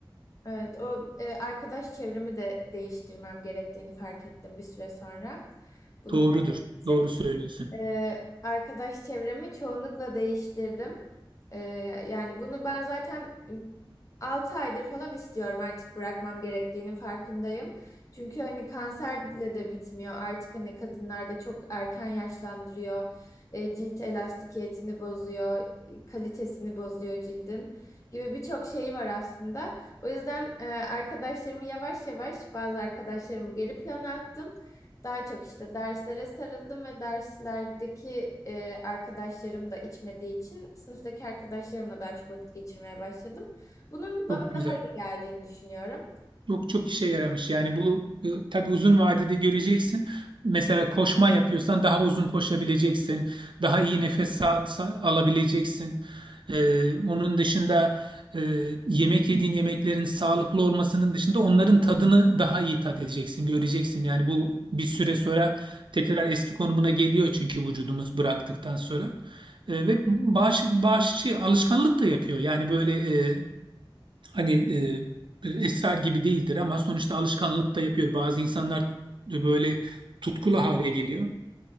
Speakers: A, on the left (about 35°); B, on the right (about 65°).
A: evet, o e, arkadaş çevremi de değiştirmem gerektiğini fark ettim bir süre sonra. Bunu
B: Doğrudur.
A: bıraktım.
B: Doğru söylüyorsun.
A: E, arkadaş çevremi çoğunlukla değiştirdim. Ee, yani bunu ben zaten ıı, 6 aydır falan istiyorum artık bırakmam gerektiğinin farkındayım. Çünkü hani kanserle de bitmiyor artık hani kadınlarda çok erken yaşlandırıyor. Ee, cilt elastikiyetini bozuyor, e, kalitesini bozuyor cildin gibi birçok şey var aslında. O yüzden e, arkadaşlarımı yavaş yavaş bazı arkadaşlarımı geri plana attım. Daha çok işte derslere sarıldım ve derslerdeki e, arkadaşlarım da içmediği için sınıftaki arkadaşlarımla daha çok vakit geçirmeye başladım. Bunun
B: Çok
A: bana
B: güzel.
A: daha iyi geldiğini düşünüyorum.
B: Çok çok işe yaramış. Yani bu e, tabii uzun vadede göreceksin. Mesela koşma yapıyorsan daha uzun koşabileceksin. Daha iyi nefes al- sa- alabileceksin. E, onun dışında e, yemek yediğin yemeklerin sağlıklı olmasının dışında onların tadını daha iyi tat edeceksin, göreceksin. Yani bu bir süre sonra tekrar eski konumuna geliyor çünkü vücudumuz bıraktıktan sonra. E, ve bağış, bağışı şey, alışkanlık da yapıyor. Yani böyle e, hani e, esrar gibi değildir ama sonuçta alışkanlık da yapıyor. Bazı insanlar böyle tutkulu hale geliyor.